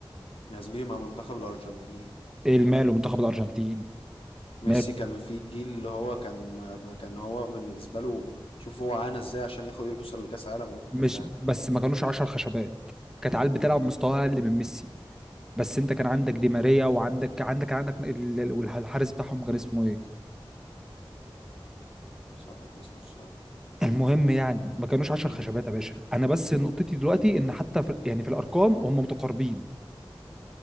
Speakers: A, on the left; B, in the centre.
A: يا زميلي مع منتخب الأرجنتين
B: ايه الماله منتخب الارجنتين
A: ميسي
B: ماله
A: كان في الجيل اللي هو كان ما كان هو بالنسبة له شوف هو عانى ازاي عشان ياخد يوصل لكأس عالم وياخد
B: مش
A: كأس عالم
B: بس ما كانوش 10 خشبات كانت عيال بتلعب مستوى اقل من ميسي بس انت كان عندك دي ماريا وعندك عندك عندك ال- ال- والحارس بتاعهم كان اسمه ايه
A: مسقط اسمه الصراحة
B: المهم يعني ما كانوش 10
A: مم.
B: خشبات يا باشا انا بس نقطتي دلوقتي ان حتى في يعني في الارقام هم متقاربين